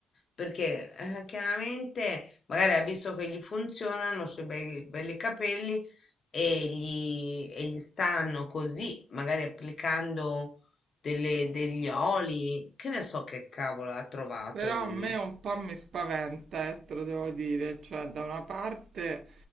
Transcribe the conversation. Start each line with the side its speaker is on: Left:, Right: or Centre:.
Left: perché eh, chiaramente magari ha visto che gli funzionano sui bei, belli capelli e gli, e gli stanno così, magari applicando delle- degli oli, che ne so che cavolo ha trovato
Right: Però
Left: lui.
Right: a me un po' mi spaventa, eh, te lo devo dire, cioè da una parte